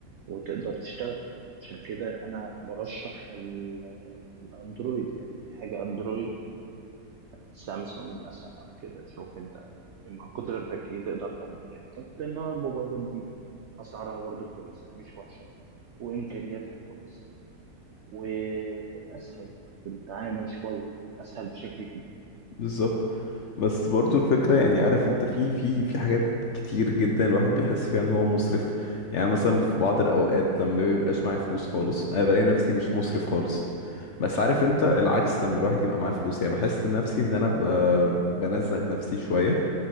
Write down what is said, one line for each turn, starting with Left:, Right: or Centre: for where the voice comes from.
Right: وتقدر تشتغل عشان كده انا برشح ال- الاندرويد يعني اي حاجة اندرويد سامسونج مثلا او كده شوف انت مع قدرتك ايه تقدر تعمل ايه اعتقد ان الموبايلات دي اسعارها برضه كويسة مش وحشة وامكانياتها كويسة واسهل في التعامل شوية اسهل بشكل كبير
Left: بالظبط بس برضو الفكرة يعني عارف انت في في في حاجات كتير جدا الواحد بيحس فيها ان هو مسرف يعني مثلا في بعض الاوقات لما بيبقاش معايا فلوس خالص انا بلاقي نفسي مش مسرف خالص بس عارف انت العكس لما الواحد يبقى معاه فلوس يعني بحس نفسي ان انا ب... بنزه نفسي شوية